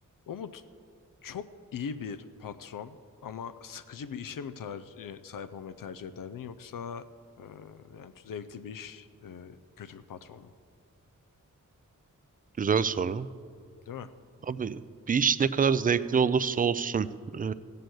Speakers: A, on the left; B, on the right.
A: Umut çok iyi bir patron ama sıkıcı bir işe mi tercih, sahip olmayı tercih ederdin yoksa e, yani zevkli bir iş e, kötü bir patron mu?
B: Güzel soru.
A: Değil mi?
B: Abi bir iş ne kadar zevkli olursa olsun e,